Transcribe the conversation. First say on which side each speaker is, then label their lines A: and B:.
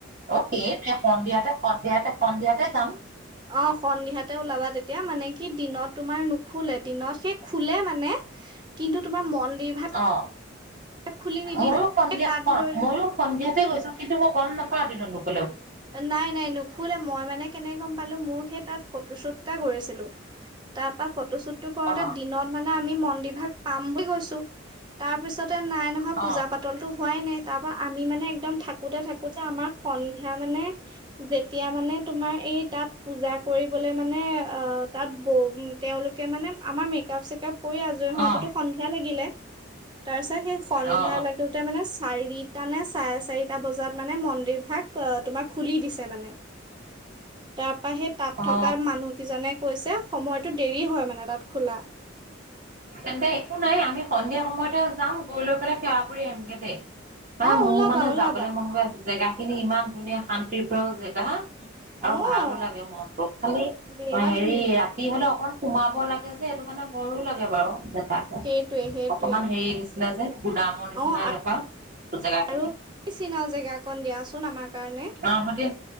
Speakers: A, on the right (about 45°); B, on the right (about 25°).
A: অ সেইটে সন্ধিয়াতে সন্ধিয়াতে সন্ধিয়াতে যাম
B: অ সন্ধিয়াতে ওলাবা তেতিয়া মানে কি দিনত তোমাৰ নুখুলে দিনত সেই খুলে মানে কিন্তু তোমাৰ মন্দিৰ ভাগ
A: অ
B: খুলি নিদিয়ে
A: ময়ো
B: নাই।
A: সন্ধিয়া
B: সেই তাত
A: ক
B: ধৰি
A: ময়ো সন্ধিয়াতে গৈছো কিন্তু মই গম নাপাওঁ দিনত নুখু
B: নাই নাই নুখুলে মই মানে কেনেক গম পালো মোৰ সেই তাত ফটোশ্বুত এটা কৰিছিলো তাপা ফটোশ্বুট টো কৰোতে
A: অ
B: দিনত মানে আমি মন্দিৰভাগ পাম বুলি গৈছো তাৰপিছত নাই নহয়
A: অ
B: পূজা পাতলতো হোৱাই নাই তাৰ পৰাা আমি মানে একদম থাকোতে থাকোতে আমাৰ সন্ধিয়া মানে যেতিয়া মানে তোমাৰ এই তাত পূজা কৰিবলে মানে আহ তাত তেওঁলোকে মানে আমাৰ মেকাপ চেকাপ কৰি আজৰি হওতেটো
A: অ
B: সন্ধিয়া লাগিলে তাৰ পিছত সেই সন্ধিয়া
A: অ অ
B: লাগোতে মানে চাৰিটা নে চাৰে চাৰিটা বজাত মানে মন্দিৰভাগ তোমাক খুলি দিছে মানে তাৰ পা সেই তাত
A: অ
B: থকা মানুহকেইজনে কৈছে সময়টো দেৰি হয় মানে তাত খোলা
A: তেন্তে একো নাই আমি সন্ধিয়া সময়তে যাম গৈ লৈ পেলাই সেৱা কৰি আহিমগে দেই
B: অ',
A: মোৰ
B: ওলাবা
A: মানে
B: ওলাবা
A: যাবলৈ মন গৈ আছে জেগা খিনি ইমান ধুনীয়া শান্তি প্ৰিয় জেগা আৰু
B: অ',
A: ভালো লাগে মনটো খালি
B: বিৰাট
A: হেৰি
B: ধুনীয়া।
A: ৰাতি হলে অকন সোমাব লাগে সেইটো কাৰণে ভয়ো লাগে বাৰু জেগাতটো
B: সেইটোৱে সেইটোৱে
A: অকমান হেৰি ন যে গুদামৰ নিচিনা
B: অ',
A: এনেকুৱা জেগাখিনি
B: আৰু চিনাও জেগা অকন দিয়াচোন আমাৰ কাৰণে।
A: অ সতে